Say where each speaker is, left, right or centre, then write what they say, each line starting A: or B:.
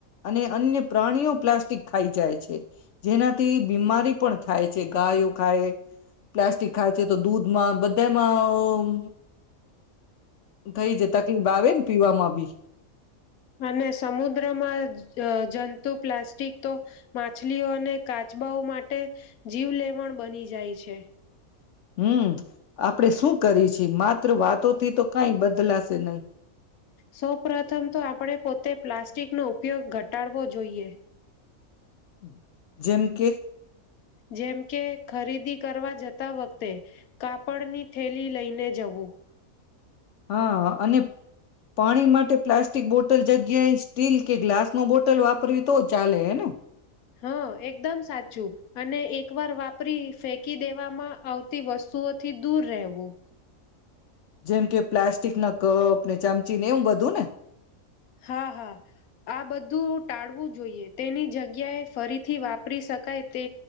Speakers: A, on the left; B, on the left.
A: અને અન્ય પ્રાણીઓ પ્લાસ્ટિક ખાઈ જાય છે જેનાથી બીમારી પણ થાય છે ગાયો ખાય પ્લાસ્ટિક ખાય છે તો દૂધમાં બધામાં થઈ જાય તકલીફ આવે ને પીવામાં બી
B: અને સમુદ્રમાં જંતુ પ્લાસ્ટિક તો માછલીઓ અને કાચબાઓ માટે જીવલેવણ બની જાય છે
A: હમ્મ આપ આપણે શું કરી છીએ માત્ર વાત તો થી તો કાય બદલાશે નહી
B: સૌ પ્રથમ તો આપણે પોતે પ્લાસ્ટિકનો ઉપયોગ ઘટાડવો જોઈએ
A: <inaudible> જેમ કે
B: જેમ કે ખરીદી કરવા જતા વખતે કાપડની થેલી લઈને જવું
A: હા અને પાણી માટે પ્લાસ્ટિક બોટલ જગ્યાએ સ્ટીલ કે ગ્લાસ... નો બોટલ વાપરવી તો ચાલે હેને.
B: હા એકદમ સાચું અને એક વાર વાપરી ફેંકી દેવામાં આવતી વસ્તુઓથી દૂર રહેવું.
A: જેમ કે પ્લાસ્ટિક ના કપ... ને ચમચી ને એવું બધું ને...
B: હા હા આ બધું ટાળવું જોઈએ, તેની જગ્યાએ ફરીથી વાપરી શકાય તે